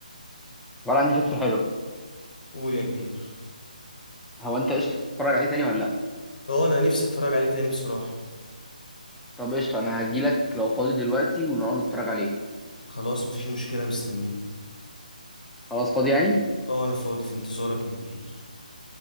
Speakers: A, in the centre; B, on the left (about 70°).
A: ولا عندي فكره حلوه
B: قول يا كبير
A: هو انت قشطة تتفرج عليه تاني ولا لا
B: اه انا نفسي اتفرج عليه تاني بصراحة
A: طب قشطة انا هجيلك لو فاضي دلوقتي ونقعد نتفرج عليه
B: خلاص مفيش مشكلة مستنيه
A: خلاص فاضي يعني
B: اه انا فاضي في انتظارك يا كبير